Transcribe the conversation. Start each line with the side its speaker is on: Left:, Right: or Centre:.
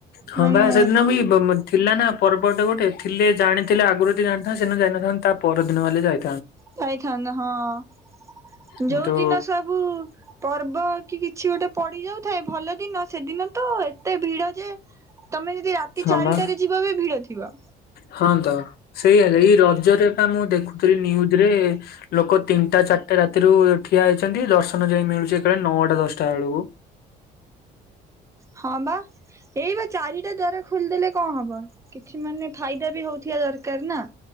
Left: ହଁ
Right: ମାନେ
Left: ବା ସେଦିନ ବି ବ-ମ୍ ଥିଲା ନା ପର୍ବଟେ ଗୋଟେ ଥିଲେ ଜାଣିଥିଲେ ଆଗୁରୁ ଯଦି ଜାଣିଥାନ୍ତି ସେଦିନ ଯାଇନଥାନ୍ତି ତା ପରଦିନ ହେଲେ ଯାଇ
Right: ଯାଇଥାନ୍ତ ହଁ
Left: କିନ୍ତୁ
Right: ଯଉ ଦିନ ସବୁ ପର୍ବ କି କିଛି ଗୋଟେ ପଡି ଯାଉଥାଏ ଭଲ ଦିନ ସେଦିନ ତ ଏତେ ଭିଡ ଯେ ତମେ ଯଦି ରାତି
Left: ହଁ
Right: ଚାରିଟାରେ
Left: ବା
Right: ଯିବ ବି ଭିଡ ଥିବ।
Left: ହଁ ତ ସେଇଆ ଏଇ ରଜରେ ପା ମୁଁ ଦେଖୁଥିଲି ନିଉଜ୍ ରେ ଲୋକ ତିନିଟା ଚାରିଟା ରାତିରୁ ଠିଆ ହେଇଚନ୍ତି ଦର୍ଶନ ଯାଇ ମିଳୁଚି ଏକାଳେ ନଅଟା ଦଶଟା ବେଳକୁ।
Right: ହଁ ବା ଏଇ ବା ଚାରିଟା ଦ୍ଵାରା ଖୋଲିଦେଲେ କଣ୍ ହବ କିଛି ମାନେ ଫାଇଦା ବି ହଉଥିବା ଦରକାର୍ ନା।